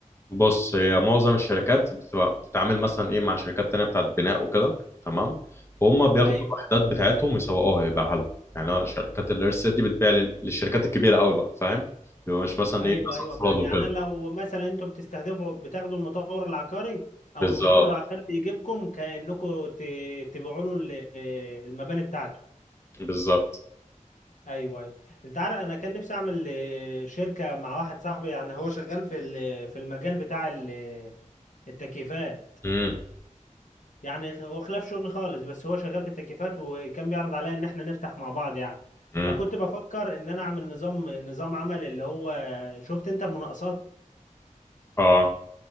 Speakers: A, on the left (about 20°); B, on the left (about 70°).
A: بص هي معظم الشركات بتبقى بتتعامل مثلا ايه مع شركات تانية بتاعت بناء وكده تمام وهم بياخدوا
B: ايوه
A: الوحدات بتاعتهم يسوقوها يبيعها لهم يعني أه شركات الارسال دي بتبيع لل- للشركات الكبيرة قوي بقى فاهم بيبقى مش مثلا
B: ايوه
A: ايه ناس
B: ايوه
A: افراد
B: فاهم
A: وكده
B: يعني انا لو مثلا انتوا بتستهدفوا بتاخدوا المطور العقاري او
A: بالظبط
B: المطور العقاري يجيبكم كأنكم ت- تبيعوا له ال- المباني بتاعته
A: بالظبط
B: ايوه ايوه انت عارف انا كان نفسي اعمل آه، شركه مع واحد صاحبي يعني هو شغال في ال- في المجال بتاع ال- التكييفات
A: امم
B: يعني هو خلاف شغلي خالص بس هو شغال في التكييفات وكان بيعرض عليا ان احنا نفتح مع بعض يعني
A: امم
B: فكنت بفكر ان انا اعمل نظام نظام عمل اللي هو شفت انت المناقصات
A: اه